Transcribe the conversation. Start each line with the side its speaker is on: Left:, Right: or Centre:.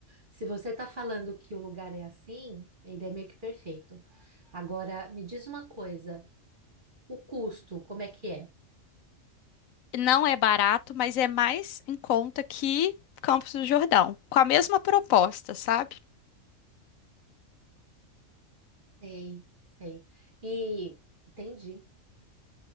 Right: se você tá falando que o lugar é assim, ele é meio que perfeito. Agora, me diz uma coisa. O custo, como é que é?
Left: Não é barato, mas é mais em conta que Campos do Jordão, com a mesma proposta, sabe?
Right: Sei, sei. E entendi.